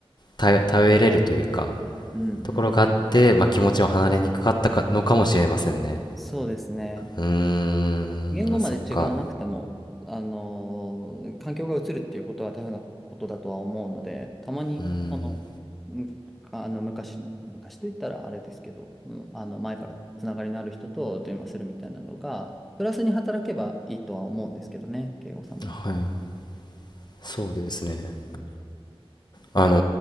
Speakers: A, on the left (about 45°); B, in the centre.
A: 頼、頼れるというか、
B: んうん、
A: ところがあって、まあ、気持ちを離れにくかったかのかもしれませんね。
B: そうですね。
A: うーん、
B: 言語まで違わなくても、
A: まあ、そっか。
B: あのー環境が移るっていうことは大変なことだとは思うので、たまに、
A: うーん、
B: あの、むあの昔、昔と言ったらあれですけど、うんあの前からつながりのある人と電話するみたいなのが、プラスに働けばいいとは思うんですけどね、慶吾さんも。
A: はい、そうですね。
B: うん
A: あの